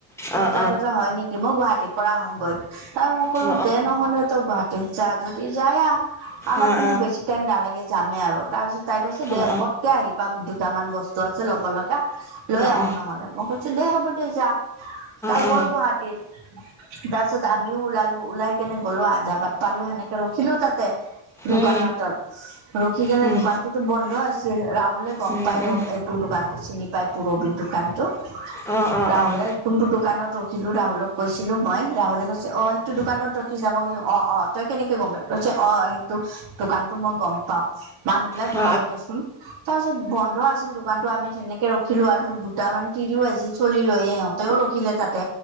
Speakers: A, in the centre; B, on the right.
A: অ', অ', অ', অ', অ',
B: তাৰপাছত হয় নেকি। মই গুৱাহাটীৰ পৰা আহোগৈ তাৰ মই ক'লো
A: অ',
B: দে নহ'লে তই গুৱাহাটীত যা যদি যাই আহ। আমাৰ
A: অ', অ',
B: কিন্তু
A: অ',
B: বেছি টাইম নালাগে যামে আৰু তাৰপিছত তাই কৈছে
A: অ',
B: দে পত- তে আহি পাম দুটামান বস্তু আছে ল'ব লগা লৈ আহো
A: অ',
B: নহলে মই খুজিছো দেই হ'ব দে যা। তাই
A: অ', উম,
B: গ'ল গুৱাহাটীত। তাৰ পিছত আমিও ওলালো ওলাই কেনে গ'লো আধা বাট পালো সেনেকে ৰখিলো তাতে। দোকান
A: উম,
B: তাত ৰখি কেনে
A: উম,
B: দোকানতোতো বন্ধ আছিল ৰাহুলে গম
A: উম,
B: পাই
A: উম,
B: ৰ এইটো দোকানতো চিনি পাই পুৰবি দোকানটো
A: অ', অ', অ',
B: ৰাহুলে
A: অ',
B: কোনটো দোকানত ৰখিলো ৰাহুলক কৈছিলো মই ৰাহুলে কৈছো ঐ ত দোকানত ৰখি যাম মই কৈছো অ তই কেনেকে গম পালি কৈছে অ সেইটো দোকানতো মই গম পাওঁ। মানুহ বিলাক
A: অ', অ', অ', অ', অ', অ', অ',
B: ভাল দেচোন তাৰপিছত বন্ধ আছিল দোকানতো আমি তেনেকে ৰখি চিলো আৰু দুটামান তিৰিও আহিছিল চলি লৈ সিহঁতেও ৰখিলে তাতে